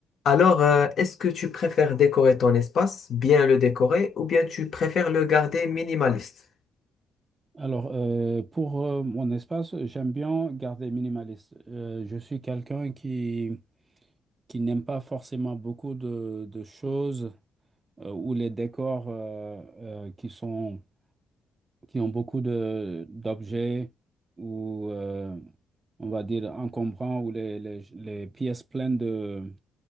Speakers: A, on the left; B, on the right.
A: Alors, euh, est-ce que tu préfères décorer ton espace, bien le décorer, ou bien tu préfères le garder minimaliste?
B: Alors, euh, pour euh, mon espace, j'aime bien garder minimaliste. Euh, je suis quelqu'un qui, qui n'aime pas forcément beaucoup de, de choses euh, ou les décors euh, euh, qui sont, qui ont beaucoup de, d'objets ou, euh, on va dire, encombrants ou les, les, les pièces pleines de,